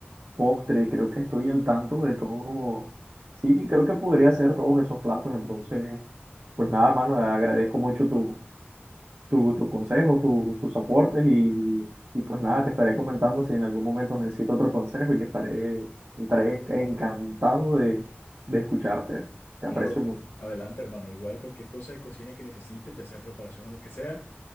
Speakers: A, on the right (about 65°); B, on the left (about 85°).
A: postre, creo que estoy al tanto de todo. Sí, creo que podría hacer todos esos platos, entonces, pues nada, mano, agradezco mucho tu, tu- tus consejos, tu- tus aportes y, y pues nada, te estaré comentando si en algún momento necesito otro consejo y estaré, estaré encantado de, de escucharte. Te aprecio
B: Claro,
A: mucho.
B: adelante, hermano. Igual cualquier cosa de cocina que necesites, ya sea preparación o lo que sea,